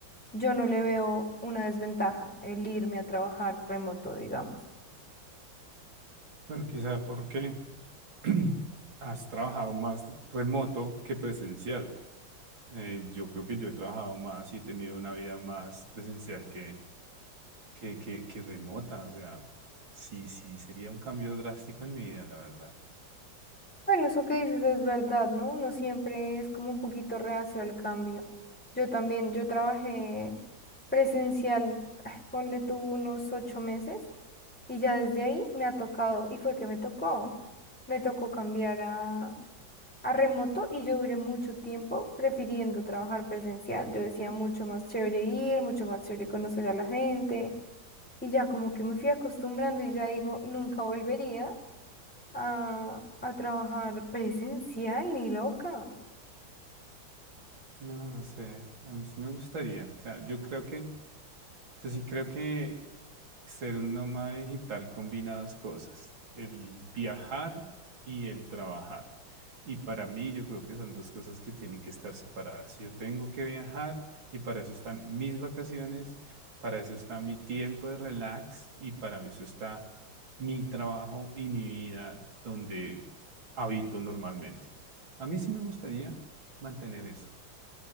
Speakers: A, in the centre; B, on the right (about 80°).
A: yo no le veo una desventaja el irme a trabajar remoto, digamos.
B: Bueno, quizá porque <clears throat> has trabajado más remoto que presencial. Eh, yo creo que yo he trabajado más y he tenido una vida más presencial que, que, que, que remota. O sea, sí, sí, sería un cambio drástico en mi vida, la verdad.
A: Bueno, eso que dices es verdad, ¿no? Uno siempre es como un poquito reacio al cambio. Yo también, yo trabajé presencial, ah, ponle tú unos ocho meses y ya desde ahí me ha tocado, y fue que me tocó, me tocó cambiar a remoto y yo duré mucho tiempo prefiriendo trabajar presencial. Yo decía mucho más chévere ir, mucho más chévere conocer a la gente y ya como que me fui acostumbrando y ya digo, nunca volvería a, a trabajar presencial ni loca.
B: No, no sé. A mí sí me gustaría. O sea, yo creo que, yo sí creo que Ser un nómada digital combina dos cosas, el viajar y el trabajar. Y para mí yo creo que son dos cosas que tienen que estar separadas. Yo tengo que viajar y para eso están mis vacaciones, para eso está mi tiempo de relax y para eso está mi trabajo y mi vida donde habito normalmente. A mí sí me gustaría mantener eso.